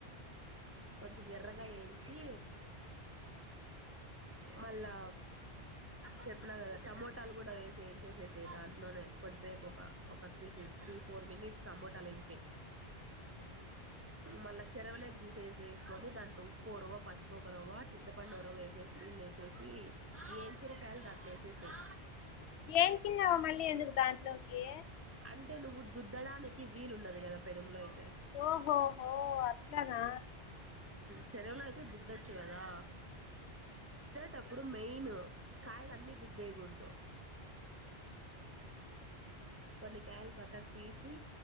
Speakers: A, on the right (about 20°); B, on the left (about 85°).
A: కొంచెం ఎర్రగా ఏంచి మళ్ళా చెపిన కదా టమోటాలు కూడా ఏసి ఏంచసేసి దాంట్లోనే కొంతసేపు ఒక ఒక త్రీ ఫిఫ్ ఒక త్రీ ఫోర్ మినిట్స్ టమోటాలు ఏంచయ్
B: ఊ
A: మళ్ళ చెరవలేకి తీసేసేసుకొని దాంట్లో ఉప్పు ఒరవ పసుపు ఒకరవా చింతపండు ఒరవ వేసేసి నీళ్లు ఏసి ఏసి ఏంచినకాయలు దాంట్ల ఏసేసెయ్
B: ఏం చిన్నావు మళ్ళీ ఎందుకు దాంట్లోకి
A: అంటే నువ్వు దుద్దడానికి వీలుండదు కదా పెనములో అయితే
B: ఓహోహో అట్లనా
A: చెరువులో అయితే దుద్దొచ్చు గదా టప్పుడు మెయిన్ కాయలు అన్నీ దుద్దేగూడదు కొన్ని కాయలు పక్కకు తీసి,